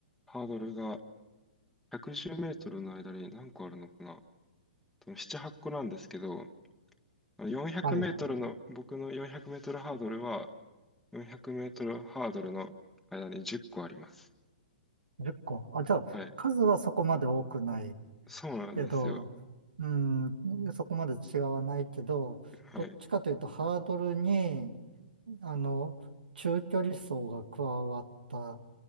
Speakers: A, in the centre; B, on the right.
A: ハードルが110メートルの間に何個あるのかな多分7、8個なんですけど、あのよんひゃくメートルの、
B: はい、
A: 僕の400メートルハードルは、400メートルハードルの間に10個あります。
B: 10個。あ、じゃあ、
A: はい。
B: 数はそこまで多くない
A: そうなんですよ。
B: けど、うん、そこまで違わないけど、
A: はい。
B: どっちかというとハードルに、あの、中距離走が加わった、